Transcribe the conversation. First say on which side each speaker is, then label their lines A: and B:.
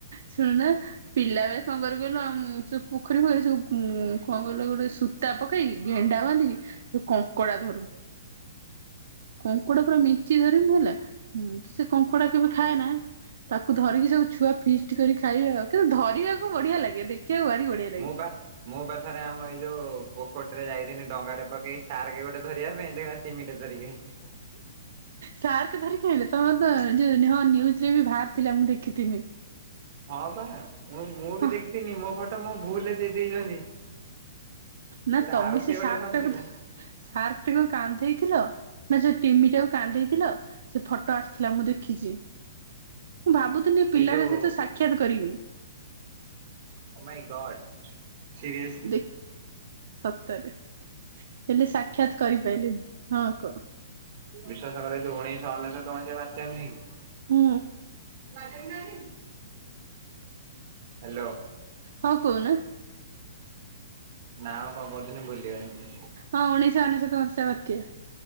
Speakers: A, on the right (about 55°); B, on the right (about 35°).
A: ଶୁଣୁନ, ପିଲାବେଳେ କଣ କରିବୁ କହିଲ ଉଁ ସେ ପୋ ପୋଖରୀ ଫୋଖରୀ ସବୁ ଉଁ କଣ କହିଲ ଗୋଟେ ସୂତା ପକେଇକି, ଗେଣ୍ଡା ବାନ୍ଧିକି କଙ୍କଡ଼ା ଧରୁ। କଙ୍କଡା ପୁରା ମେଞ୍ଚେ ଧରିବୁ ହେଲା। ମୁଁ ସେ କଙ୍କଡା କେବେ ଖାଏନା। ତାକୁ ଧରିକି ସବୁ ଛୁଆ ଫିଷ୍ଟ କରି ଖାଇବେ ଆଉ। କିନ୍ତୁ ଧରିବାକୁ ବଢିଆ ଲାଗେ ଦେଖିବାକୁ ଭାରି ବଢିଆ। ଲାଗେ।
B: ମୋ ବା ମୁଁ ବା ଥରେ ଆମ ଏଇ ଯଉ ପୋଖରୀଟିରେ ଯାଇଥିନି ଡଙ୍ଗାଟେ ପକେଇ ସାର୍କ ଗୋଟେ ଧରିବା ପାଇଁ ଦେଖିଲା ତିମିଟେ ଧ ଧରିକି ଆଇଥି
A: ସାର୍କ ଧରିକି ଆଇଲ। ତମର ତ ଯୋଉ ହଁ ନ୍ୟୁଜରେ ବି ବାହାରି ଥିଲା ମୁଁ ଦେଖିଥିନି।
B: ହଁ ବା ମୁଁ ମୁଁ ବି
A: ହଁ
B: ଦେଖିଥିନି। ମୋ ଫଟୋ ମୁଁ ଭୁଲରେ ଦେଇ ଦେଇଛନ୍ତି।
A: ନା
B: ସେଟା
A: ତମେ
B: ଆଉ
A: ସେ
B: କିଏ
A: ସାର୍କ
B: ଗୋଟେ ଧରିଥିଲା
A: ଟାକୁ ଧ ସାର୍କ ଟାକୁ କାନ୍ଧେଇଥିଲ? ନା ସେ ଟିମି ଟାକୁ କାନ୍ଧେଇଥିଲ ସେ ଫଟୋ ଆସିଥିଲା ମୁଁ ଦେଖିଚି ମୁଁ ଭାବୁ ଥିଲି ପିଲାଟା
B: ଏଇ ଯୋଉ
A: ସହିତ ସାକ୍ଷାତ୍ କରିବି।
B: Oh my god. ସିରିଏସଲି।
A: ଦେଖ୍ ସତରେ। ହେଲେ ସାକ୍ଷାତ୍ କରିପାଇଲିନି- ହଁ କୁହ।
B: ବିଶ୍ଵାସ କର ଯଉ ଉଣେଇଶ ଅନେଶତ ମସିହା ବାତ୍ୟା ନୁହେଁ କି
A: ହୁଁ।
B: <inaudible>
A: ଓ <inaudible>
B: ହାଲୋ।
A: ହଁ କହୁନ।
B: ନା ଆଉ କଣ କହୁଥିଲି ଭୁଲିଗଲି। ପୁଣି।
A: ହଁ ଉଣେଇଶ ଅନେଶତ ମସିହା ବାତ୍ୟା।